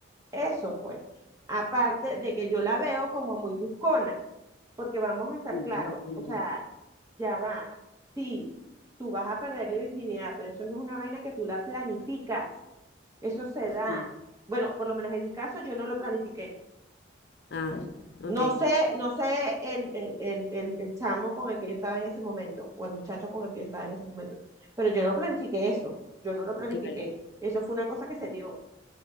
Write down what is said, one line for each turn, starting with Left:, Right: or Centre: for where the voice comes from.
Right: eso, pues. Aparte de que yo la veo como muy buscona, porque vamos a estar
Left: Mm,
Right: claros, o sea, ya va. Sí, tú vas a perder la virginidad, pero eso no es una vaina que tú la planificas. Eso se da.
Left: mm.
Right: Bueno, por lo menos en mi caso, yo no lo planifiqué.
Left: Ah, ok.
Right: No sé, no sé el, el, el, el, el chamo con el que yo estaba en ese momento, o el muchacho con el que yo estaba en ese momento, pero yo no planifiqué eso, yo no lo planifiqué.
Left: Claro,
Right: Eso fue una cosa que se dio.